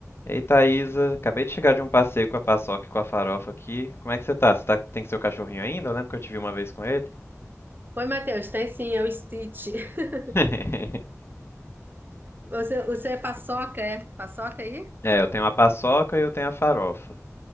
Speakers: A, on the left (about 50°); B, on the right (about 40°).
A: Ei, Thaísa, acabei de chegar de um passeio com a paçoca e com a farofa aqui. Como é que você tá? Você tá, tem seu cachorrinho ainda? Eu lembro que eu te vi uma vez com ele.
B: Oi, Matheus, tem sim, é o Stitch. <laughs>
A: <laughs>
B: Você, você é paçoca, é? Paçoca aí?
A: É, eu tenho a paçoca e eu tenho a farofa.